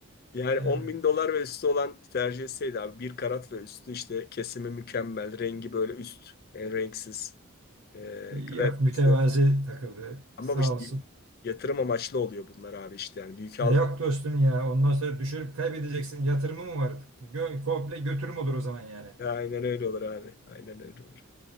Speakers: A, on the left (about 45°); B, on the right (about 75°).
A: Yani 10
B: Ee,
A: bin dolar ve üstü olan tercih etseydi abi bir karat ve üstü işte kesimi mükemmel, rengi böyle üst, en renksiz. E,
B: yok
A: kalitesi.
B: mütevazi takıldı.
A: Ama
B: Sağ
A: bu işte
B: olsun.
A: yatırım amaçlı oluyor bunlar abi işte yani büyük aldık
B: E, yok dostum ya ondan sonra düşürüp kaybedeceksin. Yatırımı mı var? Gö- komple götürüm olur o zaman yani.
A: Aynen öyle olur abi. Aynen öyle olur.